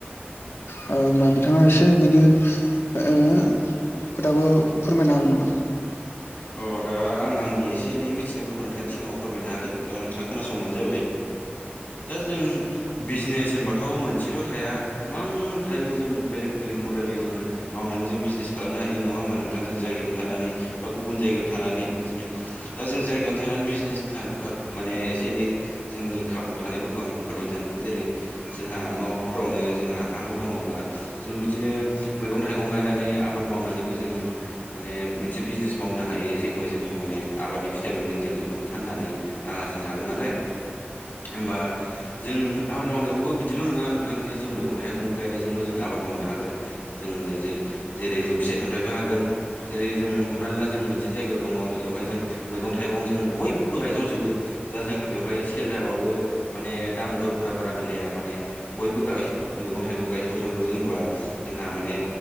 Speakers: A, on the left; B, on the left.
A: होनबा बिथाङा एसे बिनो। खोथाखौ फोरमायनो हागोन नामा?
B: अ दा आं आंनि एसे एनै मिथिनायफोरखौ नोंथांनि सिगाङाव फोरमायनो हागोन दा नोंथाङा खोनासंबानो जाबाय। दा जों बिजनेस होनबाथ' मोनसेल' थाया गोबां थायो जों बेलेग बेलेग मडेलै जों। मावनानै जों बिजनेस खालामनो हायो नङा होमबा नोंथां जों जायगायावनो थानानै बा गुबुन जायगायाव थानानै बिदिनो। दा जों जायगायावनो थानानै बिजनेस थ माने एसे एनै जोंनि खाबु थानायफोरखौ आं फोरमायनो सानदों जेरै जोंहा न'फोरावनो जोंहा हा हु दङब्ला जों बिदिनो मैगं थाइगं गायनानै आबाद मावनानैबो जों माने मोनसे बिजनेस मावनो हायो जेखौहाय जों माने आबादनि फिथाइ मोनगोन जों बेखौनो फाननानै। रां आरजिनो हागोन नालाय होमबा? जों आबाद मावनायावबो बिदिल' नङा नोंथांजों जों मैगं थाइगं गायनायजोंल' जों आबाद मावनो हागोन। जोङो ज जेरै जों फिथाइ सामथाइबो हागोन जेरै जों हमनानै ला जों मोनसे जायगायाव दङ बेवहाय जों मैगं थाइगं जों बयबो गायसावजोबो दा जोंहा बेवहाय सेल जाबाबो माने दाम दरफोरा बारा मिलाया माने बयबो गाव मैगं थाइगं गायसाव जबो होनबा। जोंहा माने